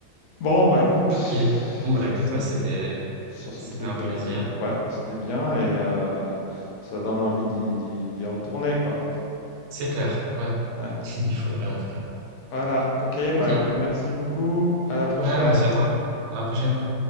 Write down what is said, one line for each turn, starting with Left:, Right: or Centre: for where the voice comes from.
Left: Bon, bah écoute,
Right: Ok. Bon, bah,
Left: sur
Right: écoute,
Left: ce,
Right: ouais, c'était,
Left: sur ces
Right: c'était
Left: trucs,
Right: un plaisir.
Left: euh, ouais, c'était bien et euh, ça donne envie d'y d'y- d'y retourner, quoi.
Right: C'est clair. Ouais.
Left: Ouais.
Right: <laughs> Il faudrait en tout cas.
Left: Voilà, ok, bah
Right: Ok. Voilà.
Left: écoute, merci beaucoup, à la prochaine.
Right: Ouais, merci à toi. À la prochaine.